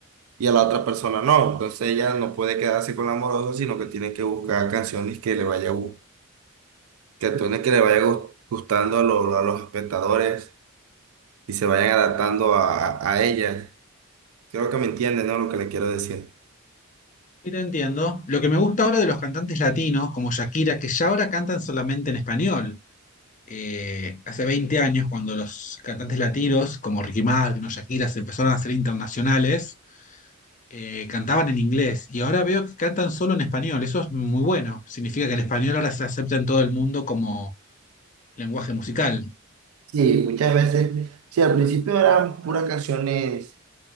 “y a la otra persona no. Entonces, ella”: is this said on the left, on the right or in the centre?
Right